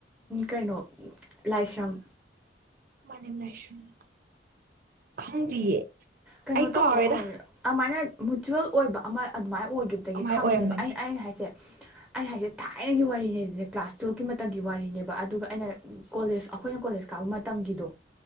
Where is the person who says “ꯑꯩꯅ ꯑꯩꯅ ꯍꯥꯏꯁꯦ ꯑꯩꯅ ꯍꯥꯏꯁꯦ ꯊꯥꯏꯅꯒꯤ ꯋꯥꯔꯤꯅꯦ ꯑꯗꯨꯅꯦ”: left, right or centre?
Centre